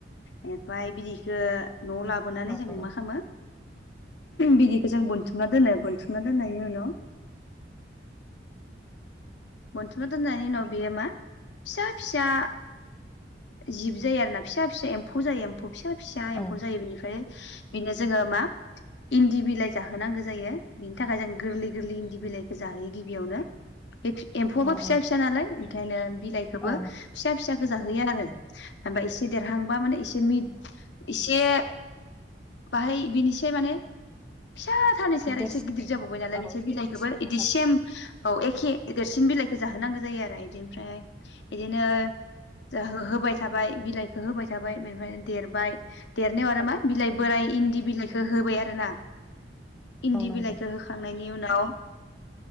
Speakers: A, on the left; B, in the centre.
A: बेनिफ्राय बिदैखो न'आव लाबोनानै
B: औ
A: जों मा खालामो बिदि जों बनथुमना बनथुमना दोननायनि उनाव बोनथुमना दोननायनि उनाव बेयो मा फिसा फिसा जिब जायो आरो ना फिसा फिसा एम्फौ जायो एम्फौ फिसा फिसा एम्फौ
B: औ
A: जायो बिनिफ्राय बिनोस जोङो मा इन्दि बिलाइ जाहोनांगौ जायो बिनि थाखाय जों गोरलै गोरलै इन्दि बिलाइखौ जाहोयो गिबियावनो। बे एम्फौआबो
B: औ
A: फिसा फिसा नालाय ओंखायनो बिलाइखौबो
B: औ औ
A: फिसा फि फिसाखो जाहोयो आरो। बा एसे देरहांबा माने एसे मिद इसे बाहाय बिनिसे माने फिसा थानोसै आरो
B: देरसिन
A: एसे गिदिर जाबोबाय नालाय
B: औ
A: बिसोर
B: एसे
A: बिलाइखोबो
B: देरसिन
A: बिदि सेम औ एखे देरसिन बिलाइखौ जाहोनांगौ जायो आरो इदि आमफ्राय बिदिनो जाहोहोब होबाय थाबाय बिलाइखो होबाय थाबाय बेनिफ्राय देरबाय। देरनायाव आरो
B: औ
A: मा बिलाइ बोराय इन दि बिलाइखो होबाय आरो ना। इन्दि
B: औ नंगौ
A: बिलाइखो होखांनायनि उनाव